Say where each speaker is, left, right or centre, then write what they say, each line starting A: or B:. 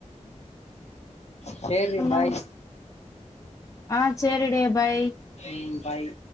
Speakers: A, on the left; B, on the left.
A: சேர்ரி
B: வேண்டும்
A: பாய்
B: ஆ செரிடே பய்
A: ம் பாய்